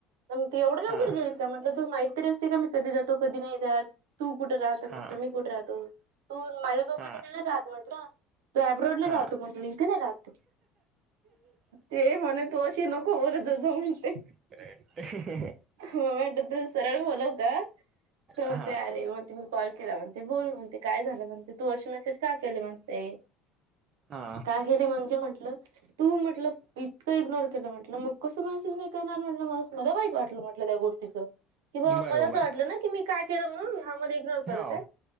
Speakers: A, on the right (about 75°); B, on the right (about 45°).
A: मग त एवढं लवकर
B: हा
A: गेलीस का म्हटलं तू माहीत तरी असते का मी कधी जातो कधी नाही जात तू कुठे राहत
B: हा
A: म्हण मी कुठे राहतो तू माळेगाव
B: हा
A: मध्ये नाही ना राहत म्हणत त एऍब्रोडला
B: हा
A: राहतो म्हट लिथे ना राहतो ते म्हणे तू अशी नको बरच ज म्हते
B: हे हे
A: म वाट तू सरळ बोलाव का त
B: हा
A: तर आहे म तु कॉल केला म्हणते बोलू म्हणते काय झालं म्हणते तू अशी मेसेज का केली म्हणते
B: हा
A: काय? गेले म्हणजे म्हटलं तू म्हटलं इतकं इग्नोर केलं म्हटलं मग कसं मेसेज नाही करणार म्हटलं मला वाईट वाटलं म्हटलं त्या गोष्टीचं किंवा
B: बरोबर
A: मला असं वाटलं ना की मी काय केलं म्हणून हा मला इग्नोर करत
B: हो
A: आहे